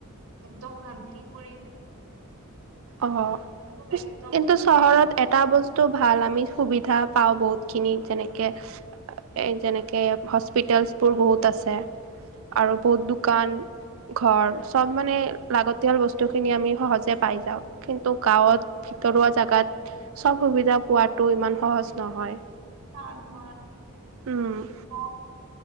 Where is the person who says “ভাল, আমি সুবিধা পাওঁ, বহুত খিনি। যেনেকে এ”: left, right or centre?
Right